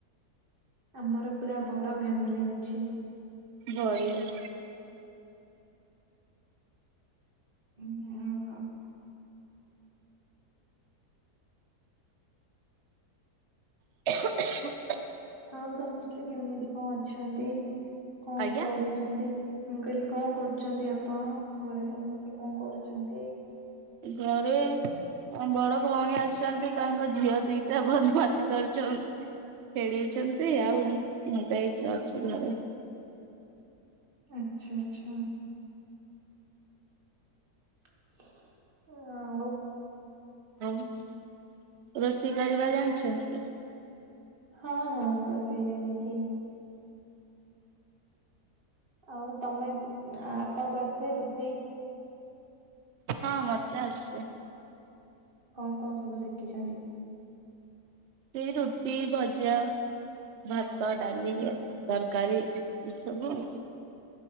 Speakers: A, on the right (about 35°); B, on the right (about 65°).
A: ଆମର ପୁରା ବଡ ଫ୍ୟାମିଲି ଅଛି।
B: ବଢିଆ।
A: ହଁ ଆ କା
B: <inaudible>
A: ଆଉ ସମସ୍ତେ କେମିତି କଁ ଅଛନ୍ତି କଁ
B: ଆଜ୍ଞା
A: କରୁଛ <unintelligible> ମୁଁ କହିଲି କଁ କରୁଚନ୍ତି ଆପଣ ଘରେ ସମସ୍ତେ କଁ କରୁଚନ୍ତି?
B: ଘରେ ହ ବଡ ଭଉଣୀ ଅଛନ୍ତି। ତାଙ୍କ ଝିଅ ଦିଟା ବଦମାସୀ କରୁଚନ୍ ଖେଳିଅଛନ୍ତି ଆଉ ମୁଁ ମୁଁ ତ ଏଇଠି ଅଛି ଘରେ।
A: ଆଛା ଆଚ୍ଛା। <unintelligible>
B: ଆଉ ରୋଷେଇ କରିବା ଜାଣିଚ?
A: ହଁ ହଁ ରୋଷେଇ ଜାଣିଚି। ଆଉ ତମେ ଆବା <unintelligible> ରୋଷେଇ।
B: ହଁ ମତେ ଆସେ।
A: କଣ କଣ ସବୁ ଶିଖିଚନ୍ତି?
B: ଏଇ ରୁଟି, ଭଜା, ଭାତ, ଡାଲି।
A: ଆଚ୍ଛା।
B: ତରକାରୀ ଏଇ ସବୁ ଆଉ।